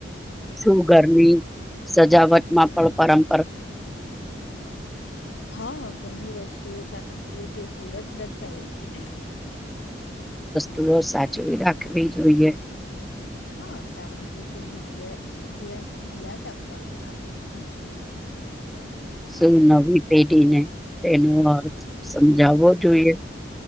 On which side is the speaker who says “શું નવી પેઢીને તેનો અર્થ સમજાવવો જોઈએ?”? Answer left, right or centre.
Centre